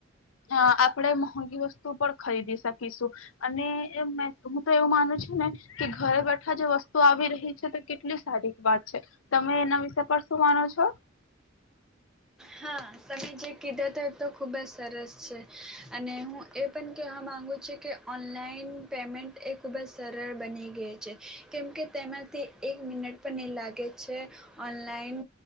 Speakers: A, on the left; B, in the centre.
A: અ આપળે મોંંગી વસ્તુ પણ ખરીદી શકીશું અને એમ મેં હું તો એવું માનું છું ને, કે ઘરે બેઠા જે વસ્તુ આવી રહી આવી રહી છે, તો કેટલી સારી વાત છે, તમે એના વિશે પર શું માનો છો?
B: હા, તમે જે કીધું તે તો ખૂબજ સરસ છે અને હું એ પણ કહેવા માગુ છું કે, ઓનલાઈન પેમેન્ટ એ ખૂબજ સરળ બની ગઈ છે, કેમકે તેમાંથી એક મિનટ પણ ની લાગે છે ઓનલાઈન